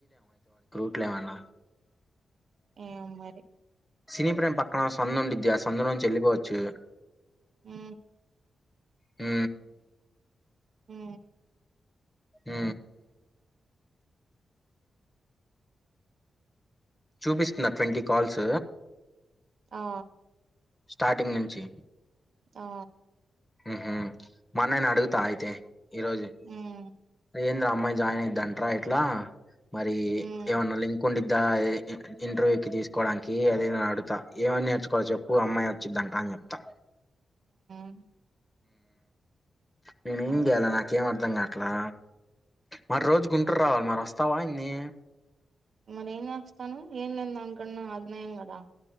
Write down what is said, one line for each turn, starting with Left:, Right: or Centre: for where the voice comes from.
Left: పప్పులేవన
Right: ఏ మరి
Left: సినీ ప్రేమ్ ప అ సందు ఉండేది ఆ సందు నుండి వెళ్ళిపోవచ్చు చె
Right: ఆ
Left: హ
Right: హ
Left: ఆ చూపిస్తున్న ట్వంటీ కాల్స్
Right: ఆ
Left: స్టార్టింగ్ నుంచి
Right: ఆ
Left: ఉ హ మనని అడుగుతా అయితే ఈ రోజు
Right: హ్మ్
Left: ఏంద్ర అమ్మాయి జాయిన్ అయి అంట్రా ఇట్లా మరి
Right: హ్మ్
Left: ఏమన్నా లింక్ ఉండి ఇంటర్వ్యూ క తీసుకోవడానికి అది నే అడుతా ఏమైన్నా నేర్చుకోవాలో చెప్పు అమ్మాయి వచ్చిదింట అని చెప్తా
Right: అ
Left: నేనుం
Right: ఓకే
Left: గాల నాకేం అర్ధంంగా అట్లా మరి రోజు గుంటూరు రావాలి మరి వస్తావా ఇన్ని
Right: మరి ఏం చేస్తాను ఏం లేని దానికన్నా అది నయం కదా దా